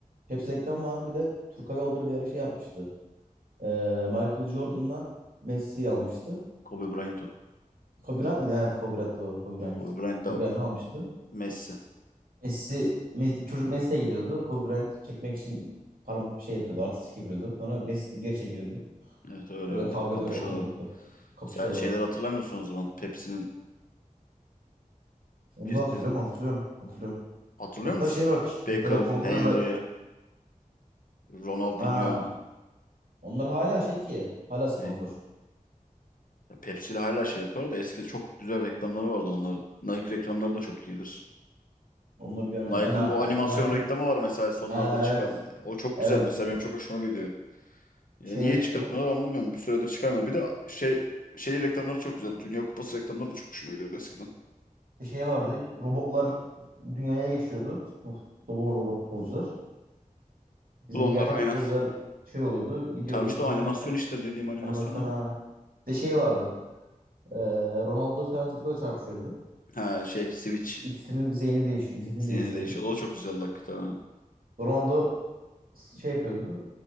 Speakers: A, on the right; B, on the left.
A: E, Pepsi reklam var. Bir de Türk Hava Yolları bir ara şey yapmıştı. E, Michael Jordan'la Messi'yi almıştı.
B: Kobe Bryant o.
A: Kobe Bryant mıydı? Evet Kobe Bryant doğru. Kobe Bryant.
B: Kobe Bryant
A: Kobe
B: da
A: Bryant'ı almıştı.
B: Messi.
A: Messi, Messi- çocuk Messi'ye gidiyordu. Kobe Bryant çekmek için param şey yapıyordu. Artistik yapıyordu. Sonra Messi de geri çekiyordu.
B: Evet öyle
A: Öyle
B: öyle
A: kavga
B: kapışıyorlardı.
A: ediyorlar. O mu gitti? Kapışıyorlardı.
B: Sen şeyler hatırlamıyorsun o zaman. Pepsi'nin
A: Onu
B: bir
A: da hatırlıyorum. Hatırlıyorum. Hatırlıyorum.
B: hatırlıyor
A: Hatta
B: musun?
A: şey vardı işte.
B: Beckham,
A: Hatırlıyorum. Kolo
B: Henry,
A: Kolo'ya ben...
B: Ronaldinho
A: Ha. Onlar hala şey ki. Hala sponsor.
B: ne? Ya Pepsi ile hala şey yapıyor da eski çok güzel reklamları vardı onların. Nike reklamları da çok iyidir.
A: Onları görmedim.
B: Nike'ın
A: Ana,
B: bu animasyon
A: e, Nike'ın...
B: reklamı var mesela sonlarda
A: Ha,
B: çıkan.
A: evet.
B: E, O çok
A: Evet.
B: güzel mesela benim çok hoşuma gidiyor. E,
A: Şey
B: niye
A: ve işte.
B: çıkartmıyorlar anlamıyorum. Bir süredir çıkarmıyor. Bir de şey şey reklamları çok güzel. Dünya Kupası reklamları da çok hoşuma gidiyordu eskiden.
A: Şey vardı. Robotlar dünyaya geçiyordu. Bu robot, robot futbolcular. Bizim
B: Bu da onlar
A: gerçek
B: aynen.
A: futbolcular şey oluyordu, gidiyordu.
B: Tam işte
A: Sonra
B: o animasyon
A: en son
B: işte dediğim animasyonu.
A: animasyon ha. Bir de şey vardı. Ee, Ronaldo falan çocukla çarpışıyordu.
B: Ha şey Switch
A: İk- İkisinin zihni değiş zihni
B: zihni
A: değişiyordu.
B: değişiyor. O da çok güzel hakikaten ha.
A: Ronaldo s- şey yapıyordu.